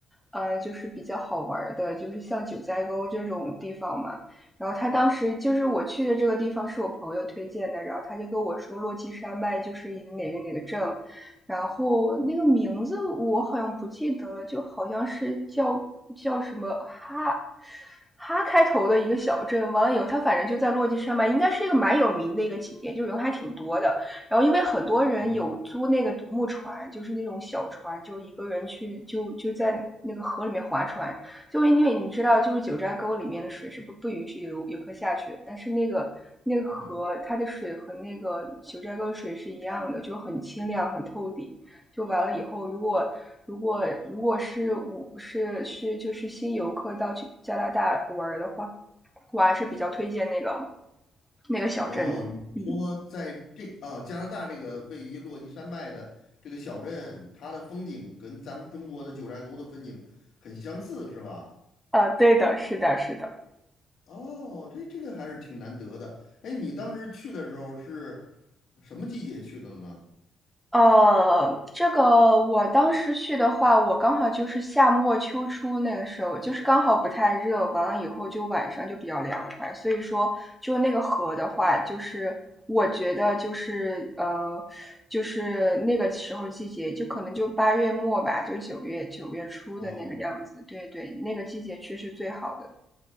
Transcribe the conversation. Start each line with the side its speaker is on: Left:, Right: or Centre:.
Centre: 呃，就是比较好玩儿的，就是像九寨沟这种地方嘛。然后他当时就是我去的这个地方是我朋友推荐的，然后他就跟我说洛基山脉就是一个哪个哪个镇，然后那个名字我好像不记得了，就好像是叫叫什么哈哈开头的一个小镇。完了以后，他反正就在洛基山脉，应该是一个蛮有名的一个景点，就是人还挺多的。然后因为很多人有租那个独木船，
Left: 嗯
Centre: 就是那种小船，就是一个人去就就在那个河里面划船，就因为你知道，就是九寨沟里面的水是不不允许游游客下去的但是那个那个河它的水和那个九寨沟的水是一样的，
Left: 嗯，
Centre: 就很清亮、很透底。就完了以后，如果如果如果是我是是就是新游客到去加拿大玩的话，我还是比较推荐那个那个小镇的。
Left: 哦，你说在这啊加拿大这个位于落基山脉的这个小镇，
Centre: 嗯，
Left: 它的风景跟咱们中国的九寨沟的风景很相似，是吧？
Centre: 啊，对的，是的，是的。
Left: 哦，这这个还是挺难得的。哎，你当时去的时候是什么季节去的呢？
Centre: 呃，这个我当时去的话，我刚好就是夏末秋初那个时候，就是刚好不太热，完了以后就晚上就比较凉快，所以说就那个河的话，就是我觉得就是呃，就是那个时候季节，就可能就八月末吧，就九月九月初的那个样子，
Left: 哦，
Centre: 对对，那个季节去是最好的。